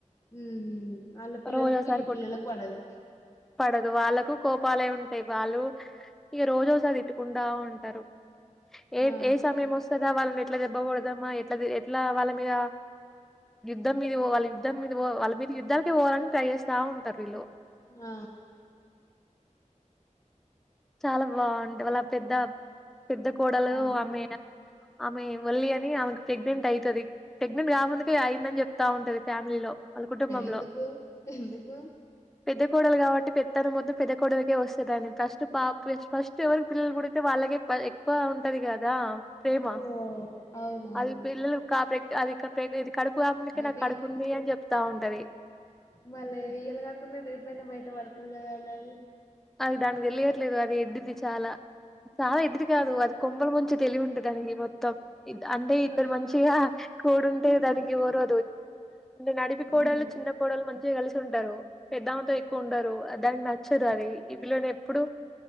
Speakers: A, on the left (about 20°); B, in the centre.
A: ఉహు అళ్లపిల్లలకు
B: రోజోసారి
A: వీళ్ళ
B: కొట్టు
A: పిల్లలకు పడదు
B: పడదు వాళ్ళకు కోపాలే ఉం అంటే వాళ్ళు ఇక రోజోజ దిట్టుకుంటా ఉంటారు ఏ
A: ఆ
B: ఏ సమయం వస్తదా వాళ్ళని ఎట్ల దెబ్బ కొడదామా ఎట్ల ఎట్ల వాళ్ళ మీద యుద్ధం మీద వాళ్ళ యుద్ధం మీద పో వాళ్ళ మీద యుద్ధాలనికి పోవాలని ట్రై చేస్తా ఉంటరు వీళ్ళు
A: ఆ
B: చాలా బాగుంట వాళ్ళ పెద్ద పెద్ద కోడలు
A: ఆ
B: ఆమె ఆమె వళ్లి అని ఆమెకి ప్రెగ్నెంట్ అయితది ప్రెగ్నంట్ గా ముందుకే అయిందని చెప్తా ఉంటది వళ్ళ కుటుంబంలో
A: ఎందుకు ఎందుకు
B: పెద్ద కోడళ్లు కాబట్టి పెత్తన మొత్తం పెద్ద కోడలకే వస్తదని ఫస్ట్ పాప ఫస్ట్ ఎవరి పిల్లలు పుడితే వాళ్ళకే ఎక్కువ ఉంటది కదా ప్రేమా
A: ఓ అవునవును
B: అది పిల్లల కా అది ఇది కడుపుగా ముందుకి
A: అయితే
B: నాకు కడుపు
A: ఇగ
B: ఉంది అని చెప్తా ఉంటది
A: మళ్ళీ ఇయలా కాకుండా రేపుయినా బయట పడుతుంది కదండి అది
B: అది దానికి తెళ్లియట్లేదు అది ఎడ్డిది చాలా చాలా ఎడ్డిది కాదు అది కొమ్మల ముంచి తెలివి ఉంటే దానికి మొ మొత్తం అంటే ఇద్దరు
A: ఆ
B: మంచిగా కోడుంటే
A: హ్మ్.
B: దానికి ఊరుదు అంటే నడిపి కోడలు
A: హ్మ్.
B: చిన్న కోడలు మంచిగా కలిసి ఉంటారు పెద్దా ఆమెతో ఎక్కువ ఉంటరు దానికి నచ్చదు అది ఈ పిల్లను ఎప్పుడు